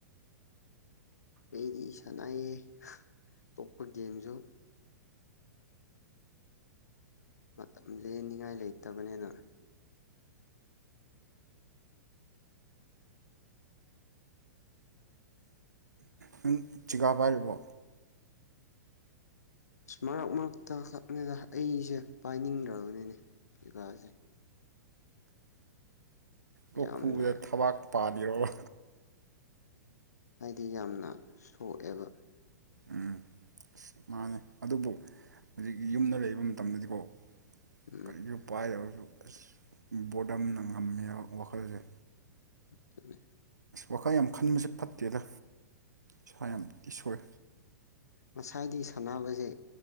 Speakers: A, on the left (about 65°); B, on the right (about 80°).
A: ꯑꯩꯗꯤ ꯁꯥꯟꯅꯥꯏꯌꯦꯦ ꯄꯣꯛꯄ ꯒꯦꯝꯁꯨ ꯃꯇꯝ ꯂꯦꯟꯅꯤꯡꯉꯥꯏ ꯂꯩꯇꯕꯅꯦꯅ
B: ꯅꯪ ꯆꯤꯒꯥꯥ ꯄꯥꯏꯔꯤꯕꯣ
A: ꯑꯁ ꯃꯔꯛ ꯃꯔꯛꯇ ꯈꯛꯅꯗ ꯑꯩꯁꯦ ꯄꯥꯏꯅꯤꯡꯈ꯭ꯔꯕꯅꯤꯅꯦ ꯌꯣꯒꯥꯁꯦ
B: ꯑꯣꯈꯨꯕ
A: ꯌꯥꯝꯅ
B: ꯊꯕꯥꯛ ꯄꯥꯗ ꯌꯔꯣ
A: ꯍꯥꯏꯗꯤ ꯌꯥꯝꯅ ꯁꯣꯛꯑꯦꯕ
B: ꯎꯝ ꯑꯁ ꯃꯥꯅꯦ ꯑꯗꯨꯕꯨ ꯍꯧꯖꯤꯛꯀꯤ ꯌꯨꯝꯗ ꯂꯩꯕ ꯃꯇꯝꯗꯗꯤꯀꯣ
A: ꯎꯝ
B: ꯀꯁꯨ ꯄꯥꯏꯗꯧꯁꯨ ꯑ ꯕꯣꯗꯝꯅ ꯉꯝꯃꯤꯕ ꯋꯥꯈꯜꯁꯦ
A: ꯠꯇꯃꯦ
B: ꯋꯥꯈꯥꯏ ꯌꯥꯝ ꯈꯟꯕꯁꯦ ꯐꯠꯇꯦꯗ ꯏꯁ ꯌꯥꯝꯇꯤ ꯁꯣꯏ
A: ꯉꯁꯥꯏꯒꯤ ꯁꯥꯟꯅꯕꯁꯦ